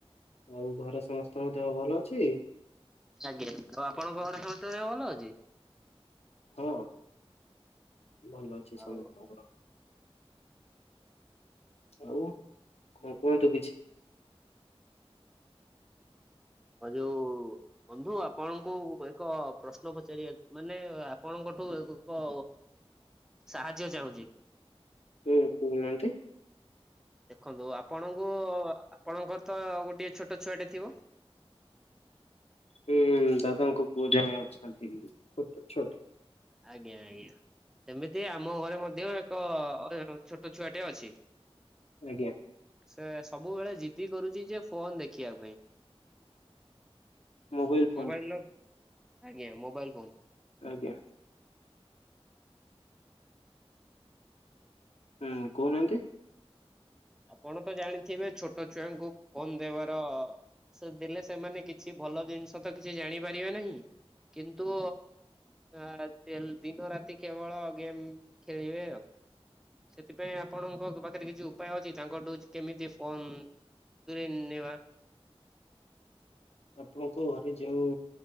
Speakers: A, on the left; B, in the centre.
A: ଆଉ ଘରେ ସମସ୍ତଙ୍କ ଦେହ ଭଲ ଅଛି?
B: ଆଜ୍ଞା, ଆଉ ଆପଣଙ୍କ ଘରେ ସମସ୍ତଙ୍କ ଦେହ ଭଲ ଅଛି?
A: ହଁ ଭଲ ଅଛି
B: ଆଉ
A: ସମସ୍ତଙ୍କର। ଆଉ କଣ କୁହନ୍ତୁ କିଛି?
B: ଆଉ ଯୋଉ ବନ୍ଧୁ ଆପଣଙ୍କୁ ଏକ ପ୍ରଶ୍ନ ପଚାରିବା ମାନେ ଆପଣଙ୍କଠୁ ଏକ ସାହାଯ୍ୟ ଚାହୁଁଛି।
A: ହୁଁ କହୁନାହାନ୍ତି?
B: ଦେଖନ୍ତୁ ଆପଣଙ୍କୁ ଆପଣଙ୍କର ତ ଗୋଟିଏ ଛୋଟ ଛୁଆଟେ ଥିବ।
A: ହୁଁ ଦାଦାଙ୍କ ପୁଅ ଜଣେ ଅଛନ୍ତି। ଛୋଟ ଛୋଟ
B: ଆଜ୍ଞା ଆଜ୍ଞା। ଏମିତି ଆମ ଘରେ ମଧ୍ୟ ଏକ ଛୋଟ ଛୁଆଟେ ଅଛି।
A: ଆଜ୍ଞା।
B: ସେ ସବୁବେଳେ ଜିଦି କରୁଛି ଯେ ଫୋନ ଦେଖିବା ପାଇଁ।
A: ମୋବାଇଲ ଫୋନ
B: ମୋବାଇଲର ଆଜ୍ଞା ମୋବାଇଲ ଫୋନ।
A: ଆଜ୍ଞା ହୁଁ କହୁନାହାନ୍ତି।
B: ଆପଣ ତ ଜାଣିଥିବେ ଛୋଟ ଛୁଆଙ୍କୁ ଫୋନ ଦେବାର ସେ ଦେଲେ ସେମାନେ କିଛି ଭଲ ଜିନିଷ ତ କିଛି ଜାଣିପାରିବେ ନାହିଁ। କିନ୍ତୁ ଆ ଦିନ ରାତି କେବଳ ଗେମ ଖେଳିବେ ଆଉ। ସେଥିପାଇଁ ଆପଣଙ୍କ ପାଖରେ କିଛି ଉପାୟ ଅଛି ତାଙ୍କଠୁ କେମିତି ଫୋନ ଦୂରେଇ ନେବା
A: ଆପଣଙ୍କ ଘରେ ଯେଉଁ